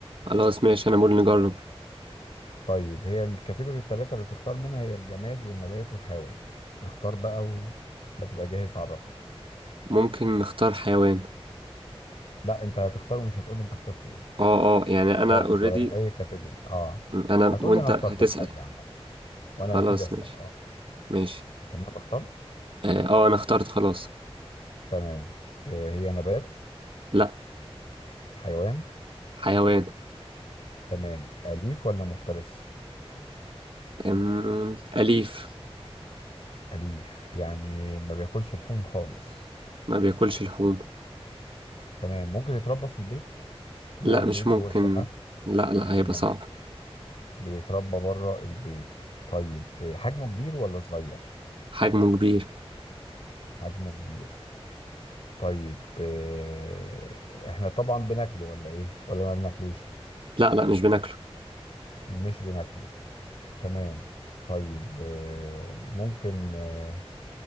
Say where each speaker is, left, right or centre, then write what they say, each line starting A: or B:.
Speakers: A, on the right; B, on the left.
A: خلاص ماشي انا بقول نجرب
B: طيب هي الكاتيجوري الثلاثه اللي بتختار منها هي الجماد والنبات والحيوان اختار بقى وما تبقى جاهز عرفني
A: ممكن نختار حيوان
B: لا انت هتختار ومش هتقول لي انت اخترت ايه
A: اه اه يعني انا
B: خالص
A: اوريدي
B: ولا من اي كاتيجوري اه
A: انا
B: هتقول
A: وانت
B: لي انا اخترت
A: هتسأل
B: الحاجه عامه وانا
A: خلاص
B: هبتدي اسال
A: ماشي
B: اه
A: ماشي
B: تمام اخترت
A: اه آه، انا اخترت خلاص
B: تمام آه هي نبات
A: لا
B: حيوان
A: حيوان
B: تمام اليف ولا مفترس
A: أم... أليف
B: اليف يعني ما بياكلش لحوم خالص
A: ما بياكلش لحوم
B: تمام ممكن يتربى في البيت جوه
A: لا
B: البيت
A: مش ممكن
B: جوه الشقه
A: لا لا
B: مش
A: هيبقى
B: ممكن
A: صعب
B: بيتربى بره البيت طيب آه، حجمه كبير ولا صغير
A: حجمه كبير
B: حجمه كبير طيب آه، احنا طبعا بناكله ولا ايه ولا ما بناكلوش
A: لا لا مش بناكله
B: مش بناكله تمام طيب آه، ممكن آه،